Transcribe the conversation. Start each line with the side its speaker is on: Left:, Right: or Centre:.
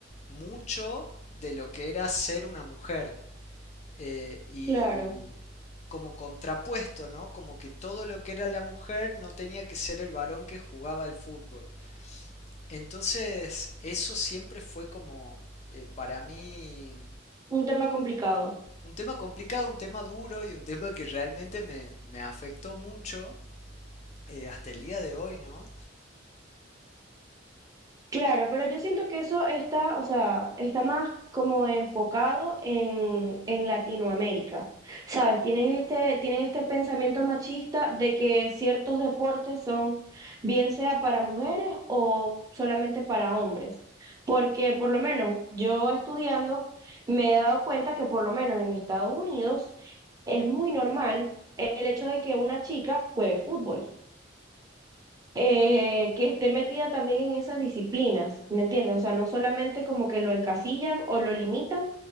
Left: mucho de lo que era ser una mujer. Eh, y
Right: Claro,
Left: como contrapuesto, ¿no? Como que todo lo que era la mujer no tenía que ser el varón que jugaba al fútbol. Entonces, eso siempre fue como eh, para mí
Right: un tema complicado.
Left: un tema complicado, un tema duro y un tema que realmente me, me afectó mucho eh, hasta el día de hoy, ¿no?
Right: Claro, pero yo siento que eso está, o sea, está más como enfocado en, en Latinoamérica. ¿Sabes? Tienen este, tienen este pensamiento machista de que ciertos deportes son, bien sea para mujeres o solamente para hombres. Porque por lo menos yo estudiando me he dado cuenta que por lo menos en Estados Unidos es muy normal el hecho de que una chica juegue fútbol eh, que esté metida también en esas disciplinas, ¿me entiendes? O sea, no solamente como que lo encasillan o lo limitan